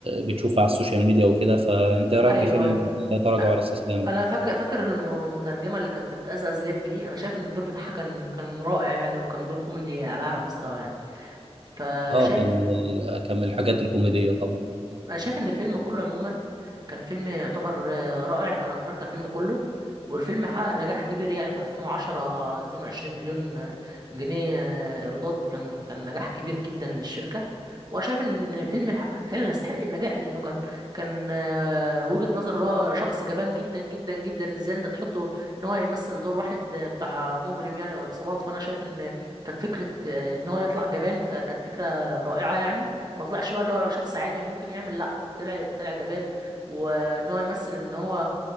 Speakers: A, on the right; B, on the right.
A: بتشوفها على السوشيال ميديا وكده فانت ايه رايك
B: ايوه
A: في فيلم
B: أيوة.
A: لا تراجع
B: أ-
A: ولا استسلام
B: انا
A: ده
B: فاكر فاكر الم- المترجمه اللي كانت بتأزأز لب دي انا شايف ان الدور بتاعها كان كان رائع يعني وكان دور كوميدي على اعلى مستوى يعني فشايف
A: اه كان من ال... كان من الحاجات الكوميديه طبعا
B: انا شايف ان الفيلم كله عموما كان فيلم يعتبر آه، رائع انا اتفرجت على الفيلم كله والفيلم حقق نجاح كبير يعني في 2010 22 مليون آه، جنيه آه، ايرادات كان كان نجاح كبير جدا للشركة وانا شايف ان الفيلم حق- فعلا يستحق النجاح لانه كان كان آه، وجهة نظر اللي هو شخص جبان جدا جدا جدا ازاي انت تحطه ان هو يمثل دور واحد آه، بتاع مجرم يعني او عصابات فانا شايف ان كانت فكرة آه، ان هو يطلع جبان فكانت فكرة رائعة يعني ما طلعش بقى اللي هو شخص عادي وممكن يعمل لا طلع طلع جبان وان هو يمثل ان هو